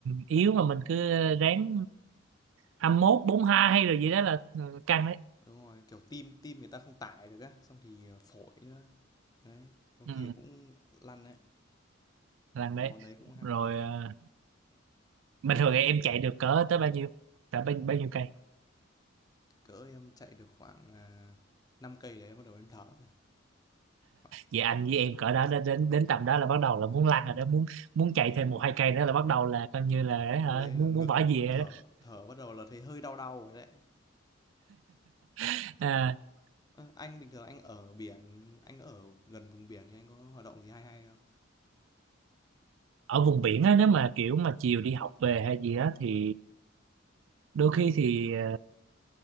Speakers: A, on the right; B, on the left.
A: yếu mà mình cứ ráng 21 42 hay rồi gì đó là ừ, căng đấy
B: Đúng rồi, kiểu, tim tim người ta không tải được á, xong thì, ờ, phổi nữa. Đấy, có khi
A: ừ,
B: là cũng lăn đấy,
A: lăn
B: cái
A: đấy
B: món đấy cũng hardcore.
A: rồi ờ, bình
B: Thế
A: thường
B: bị
A: thì em chạy được cỡ tới bao nhiêu cỡ bao, bao nhiêu cây
B: cỡ em chạy được khoảng, à, 5 cây đấy bắt đầu em thở rồi. Khoảng
A: vậy anh với em cỡ đó đến đến đến tầm đó là bắt đầu là muốn lăn rồi đó muốn muốn chạy
B: đúng
A: thêm một
B: rồi,
A: hai cây nữa là bắt đầu là coi như là hả,
B: lúc đấy là
A: muốn
B: ngực
A: muốn bỏ về rồi
B: thở
A: đó
B: thở bắt đầu là thấy hơi đau đau rồi đấy.
A: <laughs>
B: Ơ, anh bình thường anh ở biển, anh ở gần vùng biển thì anh có hoạt động gì hay hay không?
A: ở vùng biển á nếu mà kiểu mà chiều đi học về hay gì á thì đôi khi thì ờ,